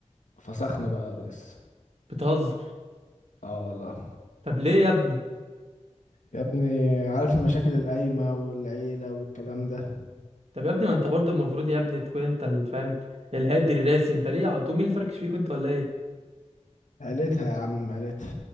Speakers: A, on the left (about 85°); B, on the right (about 60°).
A: فسخنا بقى يا ريس
B: بتهزر
A: اه والله
B: طب ليه يا ابني
A: يا ابني عارف المشاكل القايمة والعيلة والكلام ده
B: طب يا ابني ما انت برضو المفروض يا ابني تكون انت اللي فاهم الهادي الراسي انت ليه على طول مين الفركش فيك انت ولا ايه
A: عيلتها يا عم عيلتها